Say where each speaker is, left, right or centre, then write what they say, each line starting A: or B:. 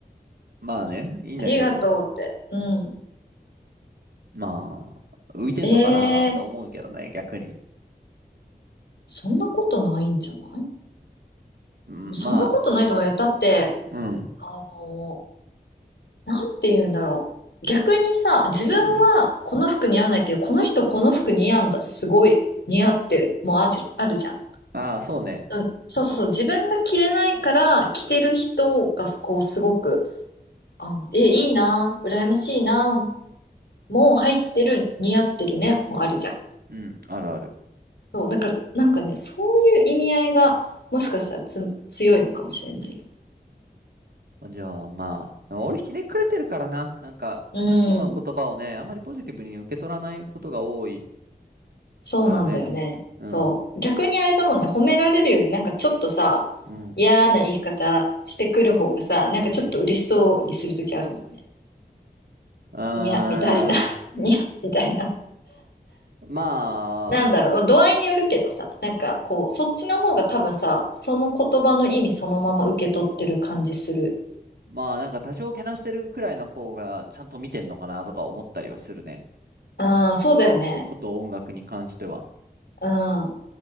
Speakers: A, on the right; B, on the left.
A: <laughs> まあね、いいんだけど、
B: ありがとうって。うん。
A: まあ、浮いてんのかなって思うけどね、
B: えー、
A: 逆に。
B: そんなことないんじゃない
A: うん、
B: そんなことないと思うよ。
A: まあ、その、
B: だって、
A: うん、
B: あのなんて言うんだろう。逆にさ、自分はこの服似合わないけど、
A: うん。
B: この人この服似合うんだ。すごい似合ってる。もうあじ、あるじゃん。
A: ああ、そうね。
B: うんそうそうそう。自分が着れないから、着てる人がこうすごく、あの、え、いいな、羨ましいな、もう入ってる、似合ってるね、もうあるじゃん。
A: うん、あるある。
B: そう、だから、なんかね、そういう意味合いが、もしかしたらつ強いのかもしれないよ。
A: じゃあまあ、俺ひねくれてるからな。なんか、
B: うん。
A: 外の言葉をね、あんまりポジティブに受け取らないことが多い
B: そうなんだよね。
A: からね。うん、
B: そう。逆にあれだもんね、褒められるよりなんかちょっとさ、
A: うん、
B: 嫌な言い方してくる方がさ、なんかちょっと嬉しそうにするときあるもんね。
A: うん。うー
B: にや、みたいな。
A: ん、
B: <laughs> にや、みたいな。
A: まあ、
B: なんだろう、まあ度合いによるけどさ、なんかこう、
A: うん。
B: そっちの方が多分さ、その言葉の意味そのまま受け取ってる感じする。
A: まあなんか多少けなしてるくらいの方がちゃんと見てんのかなとか思ったりはするね。
B: うん、そうだよね。
A: こと音楽に関しては。
B: うん。